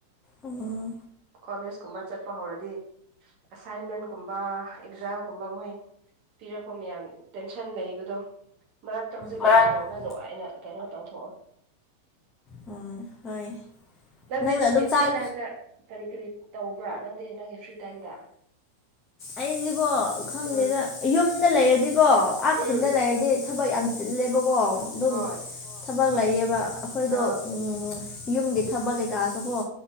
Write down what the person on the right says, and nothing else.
ꯀꯣꯂꯦꯖ ꯀꯨꯝꯕ ꯆꯠꯄ ꯍꯧꯔꯗꯤ ꯑꯁꯥꯏꯟꯃꯦꯟ ꯀꯨꯝꯕ ꯑꯦꯛꯖꯥꯝꯒꯨꯝꯕ ꯃꯣꯏ ꯄꯤꯔꯛꯄ ꯃꯌꯥꯝ ꯇꯦꯟꯁꯟ ꯂꯩꯕꯗꯣ ꯃꯔꯛꯇ ꯍꯧꯖꯤꯛ
ꯂꯩꯇ꯭ꯔꯤꯉꯩꯗ ꯅꯨꯡꯉꯥꯏꯅ ꯀꯩꯅꯣ ꯇꯧꯊꯣꯛꯑꯣ
ꯅꯪꯗꯤ
ꯅꯪꯒꯤ
ꯐ꯭ꯔꯤ ꯇꯥꯏꯝꯗ ꯀꯔꯤ ꯀꯔꯤ ꯇꯧꯕ꯭ꯔꯥ ꯅꯪꯗꯤ ꯅꯪꯒꯤ ꯐ꯭ꯔꯤ ꯇꯥꯏꯝꯗ
ꯎꯝ
ꯎꯝ
ꯍꯣꯏ
ꯑꯥ